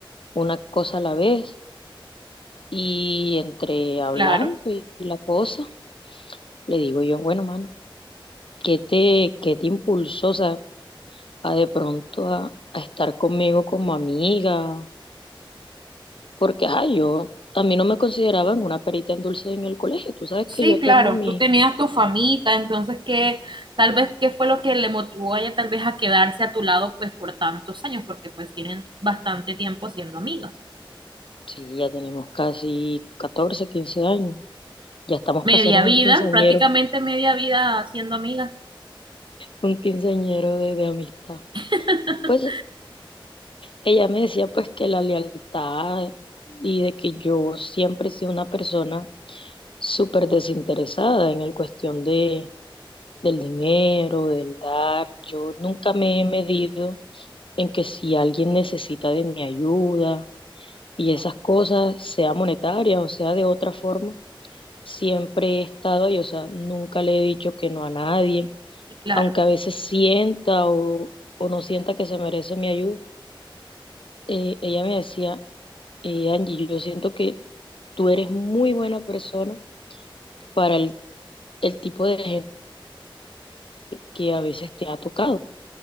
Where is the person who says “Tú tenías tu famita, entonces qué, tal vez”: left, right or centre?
Right